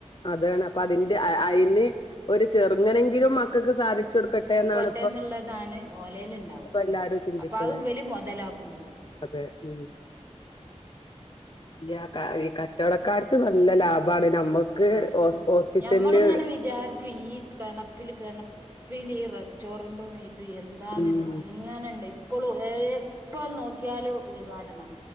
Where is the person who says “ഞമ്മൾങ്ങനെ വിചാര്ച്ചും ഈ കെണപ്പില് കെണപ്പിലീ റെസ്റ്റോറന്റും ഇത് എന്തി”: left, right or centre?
Right